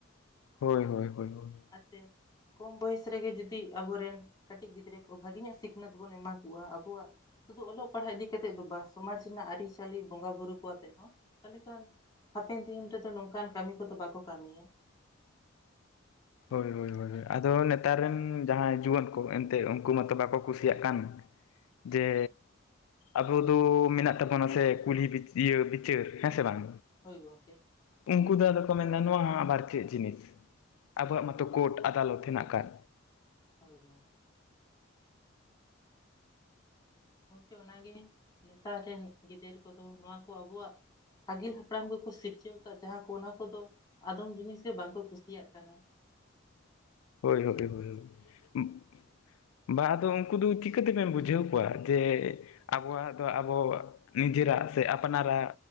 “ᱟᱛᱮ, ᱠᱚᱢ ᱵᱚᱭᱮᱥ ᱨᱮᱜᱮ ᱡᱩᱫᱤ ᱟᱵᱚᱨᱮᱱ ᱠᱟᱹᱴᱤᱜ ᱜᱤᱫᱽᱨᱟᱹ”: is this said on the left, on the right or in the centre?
Left